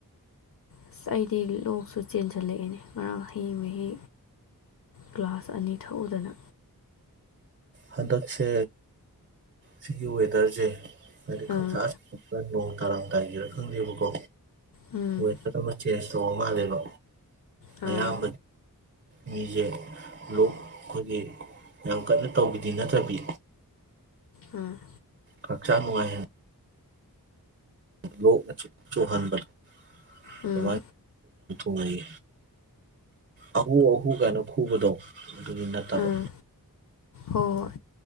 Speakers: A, on the left; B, on the right.
A: ꯑꯁ ꯑꯩꯗꯤ ꯂꯣꯛꯁꯨ ꯆꯦꯟꯁꯤꯜꯂꯛꯑꯦꯅꯦ ꯉꯔꯥꯡ ꯍꯩꯤ ꯃꯍꯤ ꯒ꯭ꯂꯥꯁ ꯑꯅꯤ ꯊꯛꯎꯗꯅ
B: ꯍꯟꯗꯛꯁꯦ ꯁꯤꯒꯤ ꯋꯦꯗꯔꯁꯦ ꯃ
A: ꯑꯥ
B: ꯈ <unintelligible> ꯇꯔꯥꯝ ꯇꯥꯏꯒꯦꯔ ꯈꯪꯗꯦꯕꯀꯣ
A: ꯎꯝ
B: ꯍꯁ ꯇ ꯃꯔ ꯆꯁ ꯇꯣꯡ ꯃꯥꯜꯂꯦꯕ
A: ꯑꯥ
B: ꯑꯌꯥꯝ ꯃꯤꯁꯦ ꯂꯣꯛ ꯑꯩꯈꯣꯏꯒꯤ ꯌꯥꯝ ꯀꯟꯅ ꯇꯧꯕꯤꯗꯤ ꯅꯠꯇ꯭ꯔꯕꯤ
A: ꯑꯝ
B: ꯄꯁꯥꯅꯨꯡ ꯍꯥꯏ ꯂꯣ ꯅꯆꯆꯣꯍꯟꯕ
A: ꯎꯝ
B: ꯑꯗꯨ ꯃꯥꯥꯏ ꯑꯍꯨ ꯑꯍꯨ ꯀꯥꯏꯅ ꯈꯨꯕꯗꯣ ꯑꯗꯨꯒꯤ ꯅꯠꯇꯕ
A: ꯑꯥ ꯍꯣꯏ